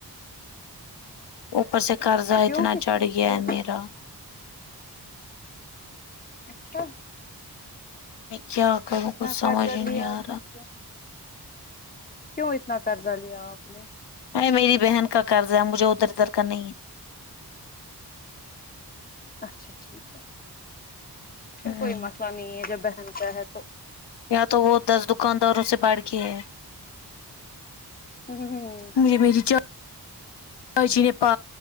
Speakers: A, on the left; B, on the left.
A: اوپر سے قرضہ
B: کیوں
A: اتنا
B: کس
A: چڑھ
B: چیز
A: گیا
B: کا
A: ہے میرا
B: اچھا
A: کیا کروں
B: اتنا
A: کچھ
B: قرضہ
A: سمجھ ہی
B: لیا
A: نہیں
B: ہے
A: آ رہا
B: کیا کیوں اتنا قرضہ لیا آپ نے
A: ارے میری بہن کا قرض ہے مجھے ادھر ادھر کا نہیں
B: اچھا ٹھیک ہے
A: ہے
B: پھر
A: ہمم
B: کوئی مسئلہ نہیں ہے جب بہن کا ہے تو
A: یا تو وہ دس دکانداروں سے بڑ کے ہیں
B: ہوں ہوں
A: مجے میری چھ جی نے پا